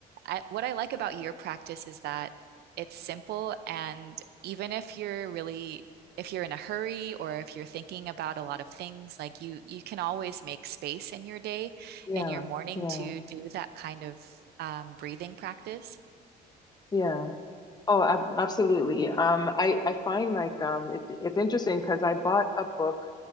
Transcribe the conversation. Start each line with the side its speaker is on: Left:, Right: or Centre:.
Right: I, what I like about your practice is that it's simple. And even if you're really, if you're in a hurry or if you're thinking about a lot of things, like you, you can always make space in your day,
Left: yeah,
Right: in your morning
Left: yeah,
Right: to do that kind of um, breathing practice.
Left: yeah. Oh, ab absolutely. Um, I I find like um it, it's interesting because I bought a book